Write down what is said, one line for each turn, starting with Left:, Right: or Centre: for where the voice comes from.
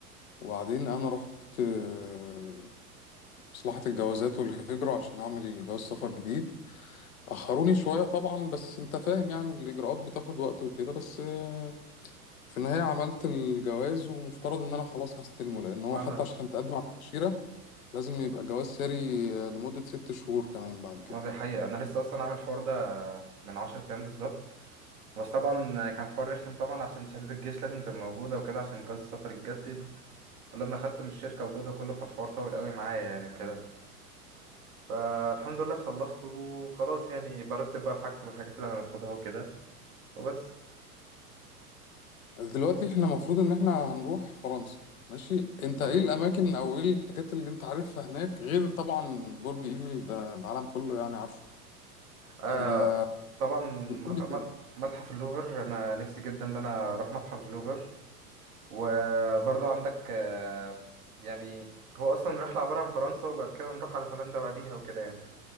Left: وبعدين انا رحت آه، مصلحه الجوازات والهجره عشان اعمل جواز سفر جديد اخروني شويه طبعا بس انت فاهم يعني الاجراءات بتاخد وقت وكده بس آه، في النهايه عملت الجواز ومفترض ان انا خلاص هستلمه لان هو
Right: وانا
Left: حتى عشان تقدم على التاشيره لازم يبقى جواز ساري آه، لمده ست شهور كمان بعد كده
Right: ما دي حقيقة انا لسه اصلا عامل الحوار ده من 10 ايام بالظبط بس طبعا كان حوار رخم طبعا عشان شهادة الجيش لازم تبقى موجودة وكده عشان جواز السفر يتجدد ولما خدته من الشركة وجوده كله فالحوار طول قوي معايا يعني وكده فالحمد لله خلصته وخلاص يعني برتب بقى في حاجتي والحاجات اللي انا هاخدها وكده وبس
Left: دلوقتي احنا المفروض ان احنا هنروح فرنسا ماشي انت
Right: مظبوط
Left: ايه الاماكن او ايه الحاجات اللي انت عارفها هناك غير طبعا برج ايفل ده العالم كله يعني عارفه
Right: آه
Left: آه
Right: طبعا
Left: قول لي
Right: متح-
Left: كده
Right: مت- متحف اللوفر انا نفسي جدا ان انا اروح متحف اللوفر وبرضه عندك آه يعني هو اصلا رحله عباره عن فرنسا وبعد كده نروح على هولندا بعديها وكده يعني